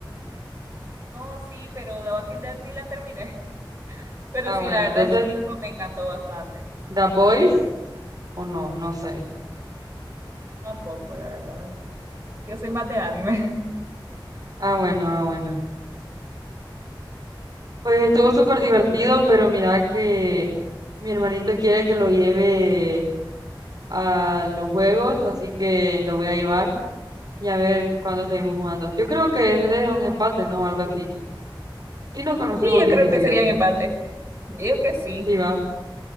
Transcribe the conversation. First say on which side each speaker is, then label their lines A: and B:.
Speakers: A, on the right; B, on the right.
A: no, sí, pero The Walking Dead ni la terminé. <laughs> Pero
B: Ah,
A: sí,
B: bueno,
A: la verdad,
B: entonces,
A: en su tiempo me encantó bastante.
B: The Boys, ¿o no? No sé.
A: Tampoco, la verdad. Yo soy más de anime. <laughs>
B: Ah, bueno, ah, bueno. Pues estuvo súper divertido, pero mira que mi hermanito quiere que lo lleve a los juegos, así que lo voy a llevar y a ver cuándo seguimos jugando. Yo creo que es, es un empate, ¿no? Algo así. Si nos conocemos
A: Sí, yo
B: bien,
A: creo
B: digo
A: que
B: yo.
A: sería mi empate. Digo que sí.
B: Sí, va.